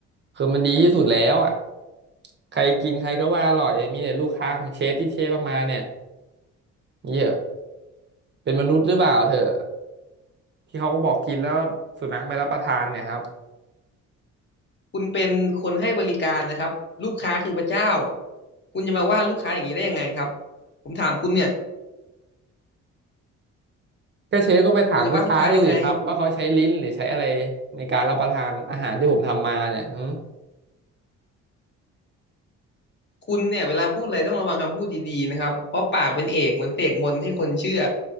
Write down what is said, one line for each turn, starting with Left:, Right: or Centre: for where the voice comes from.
Right: คือมันดีที่สุดแล้วอ่ะใครกินใครก็ว่าอร่อยมีแต่ลูกค้าของเชฟที่เชฟเอามาเนี่ยเยอะเป็นมนุษย์หรือเปล่าเถอะที่เขาก็บอกกินแล้วสุนัขไม่รับประทานเนี่ยครับ
Left: คุณเป็นคนให้บริการนะครับลูกค้าคือพระเจ้าคุณจะมาว่าลูกค้าอย่างนี้ได้ยังไงครับผมถามคุณเนี่ย
Right: ก็เชฟก็ไปถามลูกค้าดูสิครับว่าเขาใช้ลิ้นหรือใช้อะไร
Left: คุณจะว่าลูกค้ายังไง
Right: ในการรับประทานอาหารที่ผมทำมาเนี่ยหืม
Left: คุณเนี่ยเวลาพูดอะไรต้องระวังคำพูดดีๆนะครับเพราะปากเป็นเอกเหมือนเสกมนต์ให้คนเชื่อ